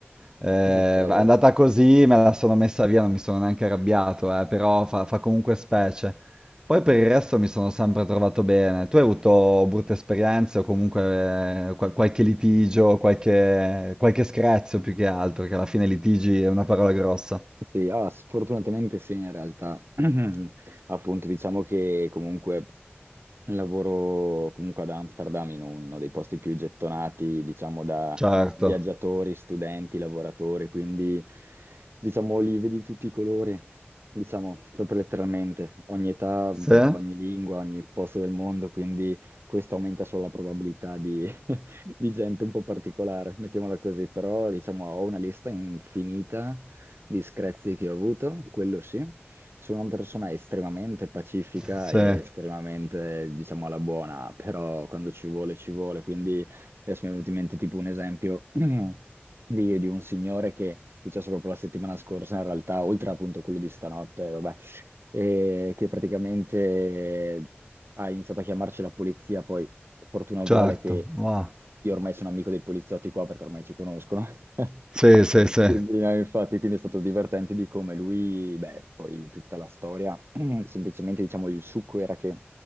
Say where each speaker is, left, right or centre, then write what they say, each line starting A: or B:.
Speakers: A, on the right; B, on the right.
A: Eh,
B: Eh, <laughs> cavolo.
A: è andata così, me la sono messa via, non mi sono neanche arrabbiato, eh, però fa, fa comunque specie. Poi per il resto mi sono sempre trovato bene. Tu hai avuto brutte esperienze o comunque eh, qual- qualche litigio, qualche, qualche screzio più che altro, che alla fine litigi è una parola grossa.
B: Sì, ah, sfortunatamente sì, in realtà, <clears throat> appunto, diciamo che comunque lavoro comunque ad Amsterdam in uno dei posti più gettonati, diciamo, da
A: Certo.
B: viaggiatori, studenti, lavoratori, quindi diciamo li vedi tutti i colori, diciamo, proprio letteralmente, ogni età, ogni
A: Sì?
B: lingua, ogni posto del mondo, quindi questo aumenta solo la probabilità di, <laughs> di gente un po' particolare, mettiamola così, però diciamo ho una lista infinita di screzi che ho avuto, quello sì. Sono una persona estremamente pacifica
A: Sì,
B: e estremamente, diciamo, alla buona, però quando ci vuole, ci vuole. Quindi adesso mi è venuto in mente tipo un esempio <clears throat> di, di un signore che è successo proprio la settimana scorsa, in realtà, oltre appunto a quello di stanotte, vabbè, e che praticamente ha iniziato a chiamarci la polizia, poi fortuna
A: certo.
B: vuole che
A: Wow.
B: io ormai sono amico dei poliziotti qua perché ormai ci conoscono. <laughs>
A: Sì, sì, sì.
B: Quindi, no, infatti, quindi è stato divertente di come lui, beh, poi tutta la storia, <clears throat> semplicemente diciamo il succo era che